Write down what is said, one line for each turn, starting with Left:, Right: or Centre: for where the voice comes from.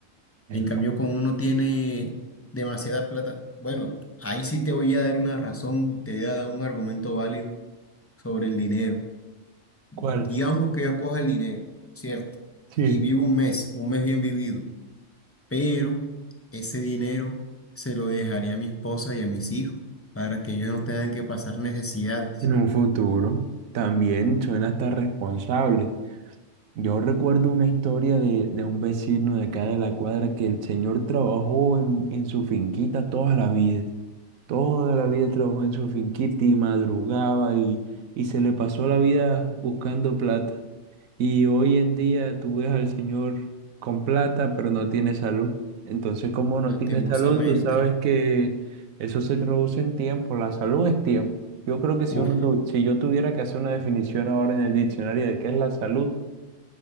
Right: Bueno.
Left: En cambio, cuando uno tiene demasiada plata, bueno, ahí sí te voy a dar una razón, te voy a dar un argumento válido sobre el dinero. Digamos
Right: ¿Cuál?
Left: que yo cojo el dinero, ¿cierto?
Right: Sí.
Left: Y vivo un mes, un mes bien vivido, pero ese dinero se lo dejaría a mi esposa y a mis hijos para que ellos no tengan que pasar necesidades.
Right: En un futuro también suena hasta responsable. Yo recuerdo una historia de, de un vecino de acá de la cuadra que el señor trabajó en, en su finquita toda la vida. Toda la vida trabajó en su finquita y madrugaba y, y se le pasó la vida buscando plata. Y hoy en día tú ves al señor con plata, pero no tiene salud. Entonces, como no
Left: Lastimosamente,
Right: tiene salud, tú sabes que eso se traduce en tiempo. La salud es tiempo. Yo creo que si
Left: uff,
Right: uno tu- si yo tuviera que hacer una definición ahora en el diccionario de qué es la salud,